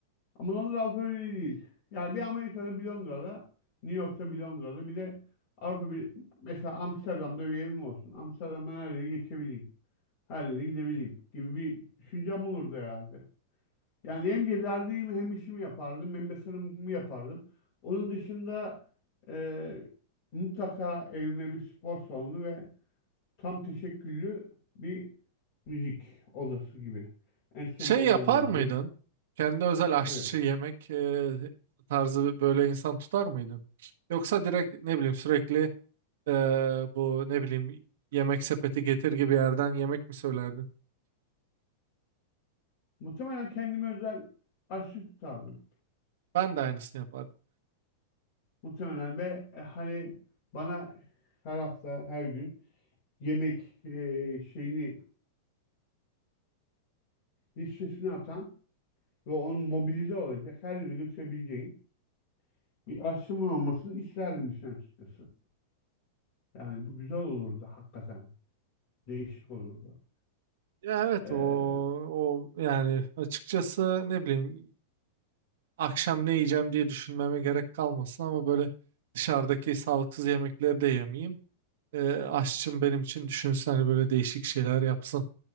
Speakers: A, on the left; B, on the right.
A: ama Londra Avrupa Birliği değil. Yani bir Amerika'da bir Londra'da, New York'ta bir Londra'da bir de Avrupa bir mesela Amsterdam'da bir evim olsun. Amsterdam'dan her yere geçebileyim. Her yere gidebileyim gibi bir düşüncem olurdu herhalde. Yani hem gezerdim hem işimi yapardım hem yatırımımı yapardım. Onun dışında eee, mutlaka evime bir spor salonu ve Tam teşekküllü bir müzik odası gibi. Enstrümanların
B: Şey yapar
A: olduğu.
B: mıydın? Kendi özel aşçı
A: Evet.
B: yemek e, tarzı böyle insan tutar mıydın? Yoksa direkt ne bileyim sürekli e, bu ne bileyim yemek sepeti getir gibi yerden yemek mi söylerdin?
A: Muhtemelen kendime özel aşçı tutardım.
B: Ben de aynısını yapardım.
A: Muhtemelen ve e, hani bana her hafta, her gün yemek e, şeyini listesini atan ve onu mobilize olacak her yere götürebileceğim bir aşçımın olmasını isterdim işin açıkçası. Yani bu güzel olurdu hakikaten. Değişik olurdu.
B: Ya evet
A: Ee,
B: o o yani açıkçası ne bileyim akşam ne yiyeceğim diye düşünmeme gerek kalmasın ama böyle dışarıdaki sağlıksız yemekleri de yemeyeyim. Ee, aşçım benim için düşünsün hani böyle değişik şeyler yapsın.